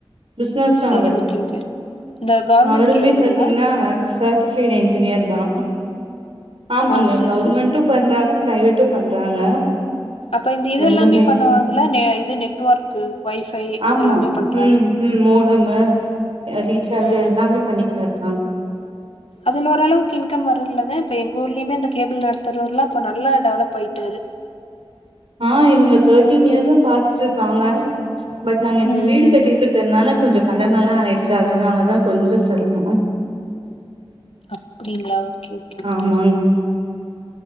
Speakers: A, on the right; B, on the left.
A: பிசினஸ் தா
B: செரி
A: அவர்
B: ஓகே ஓகே இந்த கவர்மெண்ட்
A: அவருமே
B: கேபிளுங்களா
A: பாத்தீங்னா சர் ஃப்பிடே என்ஜினியர் தா ஆமாங்க
B: ஓ செரி
A: கவர்மெண்டு
B: செரி செரி
A: பண்றாங்க பிரைவேட் டு பண்றாங்க
B: அப்ப இந்த இது
A: ரெண்டுமே
B: எல்லாமே பண்ணுவாங்கள இது நெட்ஒர்க்கு ஒய் ஃபை
A: ஆமா
B: இதலாமே பண்றாங்க
A: ம் ம் மோட்டம்மு ஏ ரீசார்ஜ்ஜு
B: ம்
A: எல்லாமே பண்ணிட்டு தா இருக்காங்க
B: அது ஓரளவுக்கு இன்கம் வர இலைங்க இப்ப எங்க ஊர்லயுமே அந்த கேபிள் நடத்துறவர்லா இப்போ நல்லா டெவலப் ஆயிட்டாரு
A: ஆ இவங்க தேர்டீன் இயர்ஸ்சா பார்த்துட்டு இருக்காங்க பட் நாங்க இப்ப
B: ம்
A: வீடு கட்டிட்டு இருக்கிறதுனால கொஞ்சோ கடன் எல்லா ஆயிடுச்சு அதனாலதா கொஞ்சோ செரமோ
B: அப்டிங்களா ஓகே ஓகே ஓகே
A: ஆமாங்